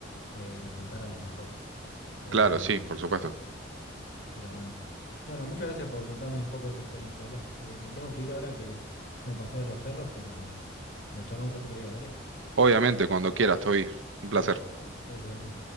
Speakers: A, on the left (about 55°); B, on the right (about 75°).
A: eh, apuntar a lo mejor. Em,
B: Claro, sí, por supuesto.
A: pero bueno. Bueno, muchas gracias por contarme un poco de tu experiencia, Ela. Eh, me tengo que ir ahora que tengo que pasear a los perros, pero, pero charlamos otro día, dale.
B: Obviamente, cuando quieras, estoy. Un placer.
A: Dale. Gracias, amigo.